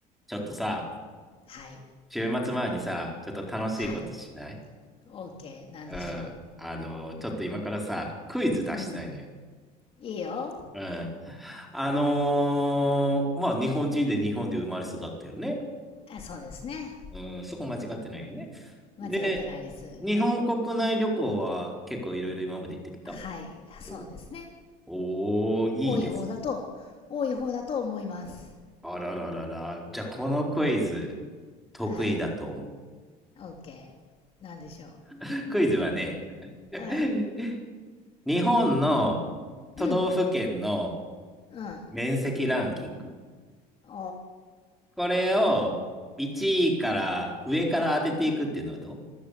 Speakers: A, in the centre; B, on the left.
A: ちょっとさ、
B: はい。
A: 週末前にさ、ちょっと楽しいことしない
B: はい。OK なんでしょ
A: うん。あのー、ちょっと今からさ、クイズ出したいのよ。
B: う。うん。いいよ。
A: うん。あのーまあ、日本人で日本で生まれ育ったよね。
B: あそうですね。
A: うん、そこ間違ってないよね。
B: 間違ってないです。
A: で、日本国内旅行は結構いろいろ今まで行ってきた
B: はい。そうですね。
A: おー、おーいいです。
B: 多い方だと、多い方だと思います。
A: あらららら。じゃあ、このクイズ、得意だと思う。
B: はい。OK なんでしょ
A: <laughs> クイズはね、<laughs>
B: う。うん。
A: 日本の都道府県の
B: うん。うん。
A: 面積ランキング。
B: お
A: これを1位から上から当てていくっていうのはどう
B: ー。